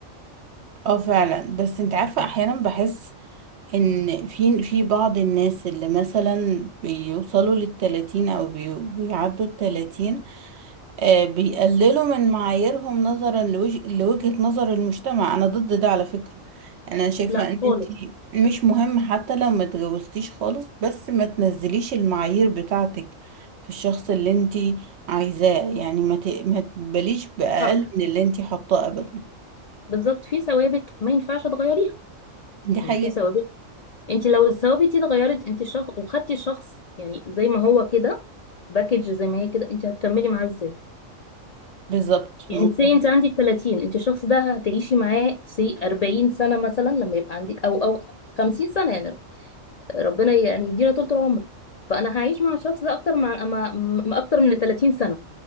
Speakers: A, on the right; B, on the left.
A: اه فعلا بس انت عارفة احيانا بحس ان في في بعض الناس اللي مثلا بيوصلوا للتلاتين او بي... بيعدوا التلاتين آه، بيقللوا من معاييرهم نظرا لوج... لوجهة نظر المجتمع انا ضد ده على فكرة يعني انا شايفة
B: لا
A: ان
B: خالص
A: انتي مش مهم حتى لو ما اتجوزتيش خالص بس ما تنزليش المعايير بتاعتك في الشخص اللي انتي عايزاه يعني ما, ت... ما تباليش بأقل
B: صح
A: من اللي انتي حاطاه ابدا
B: بالظبط في ثوابت ما ينفعش تغيريها
A: دي حقيقة
B: يعني في ثوابت انت لو الثوابت دي اتغيرت انت شخص وخدتي شخص يعني زي ما هو كده باكج زي ما هي كده انت هتكملي معاه ازاي
A: بالظبط
B: يعني
A: متفق
B: سي انت عندك 30 انت الشخص ده هتعيشي معاه سي 40 سنة مثلا لما يبقى عندك او او 50 سنة يعني ربنا يعني يدينا طول العمر فانا هعيش مع الشخص ده اكتر مع مع م- اكتر من 30 سنة